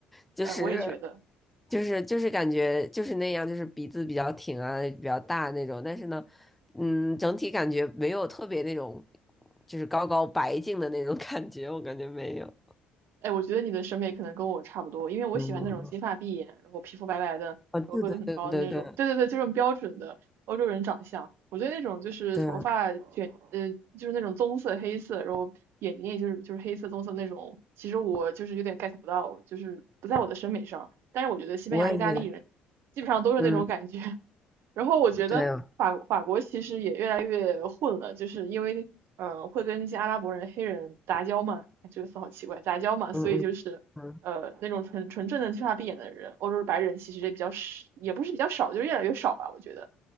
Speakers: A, in the centre; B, on the right.
A: 就是
B: 哎，我也觉得。
A: 就是就是感觉就是那样，就是鼻子比较挺啊，比较大那种。但是呢，嗯，整体感觉没有特别那种，就是高高白净的那种 <laughs> 感觉，我感觉没有。
B: 哎，我觉得你的审美可能跟我差不多，因为我喜欢那种金发碧眼，
A: 嗯，
B: 然后皮肤白白的，然后个子很高的那种。
A: 啊，对对对对对
B: 对对对，就是标准的欧洲人长相。我对那种就是头发卷，
A: 对，
B: 呃，就是那种棕色、黑色，然后眼睛也就是就是黑色、棕色那种。其实我就是有点 get 不到，就是不在我的审美上。但是我觉得西班牙、
A: 我也觉得是，
B: 意大利人基本上都是那种感觉，
A: 嗯，
B: 然后我觉得法法国其实也越来越混了，
A: 对啊，
B: 就是因为呃会跟一些阿拉伯人、黑人杂交嘛，哎这个词好奇怪，杂交嘛，所以就是呃那种纯纯正的金发碧眼的人，
A: 嗯嗯嗯，
B: 欧洲白人其实也比较少，也不是比较少，就是越来越少吧，我觉得